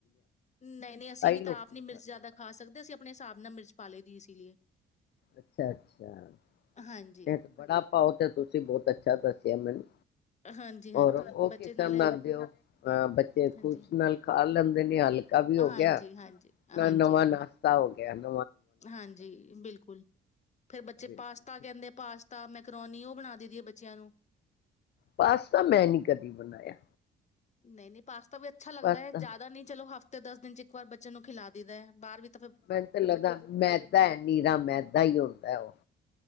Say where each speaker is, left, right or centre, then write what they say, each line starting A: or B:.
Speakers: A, on the left; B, on the left.
A: ਨਹੀਂ ਨਹੀਂ ਅਸੀਂ ਵੀ
B: ਲੋਕੀ
A: ਤਾਂ ਆਪ ਨੀ ਮਿਰਚ
B: ਖਾਂਦੇ
A: ਜ਼ਿਆਦਾ ਖਾ ਸਕਦੇ ਅਸੀਂ ਆਪਣੇ ਹਿਸਾਬ ਨਾਲ ਮਿਰਚ ਪਾ ਲਤੀ ਇਸ ਲਈਏ
B: ਅੱਛਾ ਅੱਛਾ
A: ਹਾਂਜੀ
B: ਇਹ ਵੜਾ ਪਾਓ ਤੇ ਤੁਸੀਂ ਬਹੁਤ ਅੱਛਾ ਦੱਸਿਆ ਮੈਨੂੰ
A: ਹਾਂਜੀ ਹਾਂਜੀ
B: ਹੋਰ ਉਹ
A: ਬੱਚੇ
B: ਕਿਸਰ
A: ਨਾਲੇ
B: ਤਰਾ ਬਣਾਂਦੇ ਹੋ, ਬੱਚੇ
A: ਹਾਂਜੀ
B: ਖੁਸ਼ ਨਾਲ ਖਾ ਲੈਂਦੇ ਨੇ ਹਲਕਾ ਵੀ
A: ਹਾਂਜੀ
B: ਹੋ ਗਿਆ
A: ਹਾਂਜੀ ਹਾਂਜੀ
B: ਨਾ ਨਵਾਂ ਨਾਸ਼ਤਾ ਹੋ ਗਿਆ ਗਿਆ
A: ਹਾਂਜੀ ਬਿਲਕੁਲ ਫੇਿਰ ਬੱਚੇ
B: ਬਿਲਕੁਲ
A: ਪਾਸਤਾ
B: ਠੀਕ
A: ਕਹਿੰਦੇ ਪਾਸਤਾ ਮੈਕਰੋਨੀ ਉਹ ਬਣਾ ਦੇਦੀ ਹੈ ਬੱਚਿਆਂ ਨੂੰ
B: ਪਾਸਤਾ ਮੈਂ ਨ ਕਦੀ ਬਣਾਇਆ
A: ਨਹੀਂ ਨਹੀਂ ਪਾਸ ਤਾ ਵੀ ਅੱਛਾ ਲੱਗਦਾ
B: ਪਾਸਤਾ
A: ਹੈ ਜ਼ਿਆਦਾ ਨਹੀਂ ਚਲੋ ਹਫਤੇ ਤੇ ਦਸ ਦਿਨ ਚ ਇੱਕ ਵਾਰ ਬੱਚਨ ਨੂੰ ਖਿਲਾ ਦਦਾ ਹੈ ਬਾਹਰ ਵਿੱਚ
B: ਮੈਨੂੰ ਤਾਂ ਲੱਗਦਾ ਮੈਦਾ ਹੈ ਨੀਰਾ ਮੈਦਾ ਹੀ ਹੁੰਦਾ ਉਹ